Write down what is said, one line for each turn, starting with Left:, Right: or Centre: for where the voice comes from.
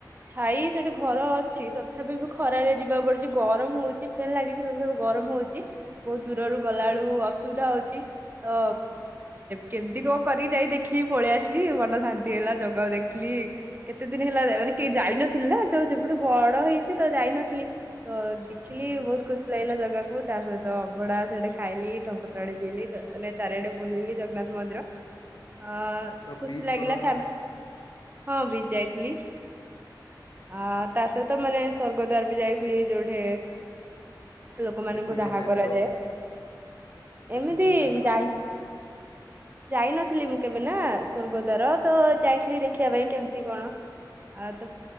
Right: ଛାଇ ସେଠି ଘର ଅଛି ତଥାପି ବି ଖରାରେ ଯିବା କୁ ପଡୁଛି ଗରମ ହଉଛି। ଫ୍ୟାନ ଲାଗିଛି ସେ ସବୁ ଗରମ ହଉଛି ବହୁତ ଦୂରରୁ ଗଲା ବେଳୁ ଅସୁବିଧା ହଉଛି ତ କେମିତି କଣ କରିକି ଯାଇ ଦେଖିକି ପଳେଇ ଆସିଲି ମନ ଶାନ୍ତି ହେଲା ଜଗା କୁ ଦେଖି। କଲିକ୍ କେତେ ଦିନ ହେଲା ମାନେ କେ ଯାଇନଥିଲି ନା ଯୋ ଯେବେଠୁ ବଡ ହେଇଛି ତ ଯାଇନଥିଲି। ତ ଦେଖିଲି
Left: ହୁଁ
Right: ବହୁତ ଖୁସି ଲାଗିଲା ଜାଗାକୁୁ ତା ସହିତ ତ ଅବଡ଼ା ସେଠି ଖାଇଲି ଟଙ୍କତୋରାଣି ପିଇଲି ଜ ନାଇଁ ଚାରିଆଡ଼େ ବୁଲିଲି ଜଗନ୍ନାଥ ମନ୍ଦିର। ହଁ
Left: ଆଉ
Right: ଖୁସି
Left: ବିଚ୍
Right: ଲାଗିଲା
Left: ଗଲ
Right: ଫ୍ୟା
Left: ନା ନାଇଁ?
Right: ହଁ ବିଚ୍ ଯାଇଥିଲି
Left: ହୁଁ
Right: ଅ
Left: ହୁଁ
Right: ତା ସ ତ ମାନେ ସ୍ୱର୍ଗଦ୍ୱାର ବି ଯାଇଥିଲି ଯୋଉଠି ଲୋକମାନଙ୍କୁ
Left: ସେଠି କାଇଁ
Right: ଦାହ
Left: ଯାଇଥିଲ
Right: କରାଯାଏ
Left: ବା? ସେଠିକି
Right: ଏମିତି
Left: କେମିତି ଯାଇଥିଲ?
Right: ଯାଇ ଯାଇନଥିଲି ମୁଁ କେବେ ନାଁ ସ୍ୱର୍ଗଦ୍ୱାର ତ ଯାଇଥିଲି ଦେଖିବା
Left: ଓହୋ।
Right: ପାଇଁ କେମତି କଣ ଆଉ ତୁ